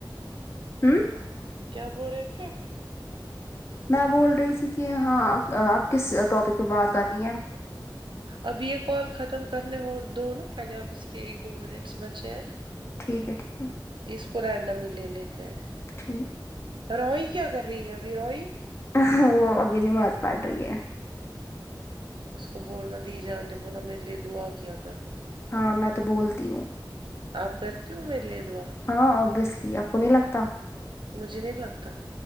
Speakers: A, on the left; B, on the right.
A: ہوں
B: کیا بول رہے تھے
A: میں بول رہی تھی کہ ہاں آپ کس ٹاپک پہ بات کرنی ہے
B: اب یہ کال ختم کرنے ہو دو نا پہلے اب اس کے ایک دو منٹس بچے ہیں
A: ٹھیک ہے ٹھیک ہے
B: اس کو رینڈم ہی لے لیتے ہیں
A: ٹھیک
B: روئی کیا کر رہی ہے ابھی روئی
A: ہاں وہ ابھی نماز پڑ رہی ہے
B: اس کو بولنا دی جان نے بولا میرے لیے دعا کیا کر
A: ہاں میں تو بولتی ہوں
B: آپ کرتی ہو میرے لیے دعا
A: ہاں ابوسلی اپ کو نہیں ہی لگتا
B: مجھے نہیں لگتا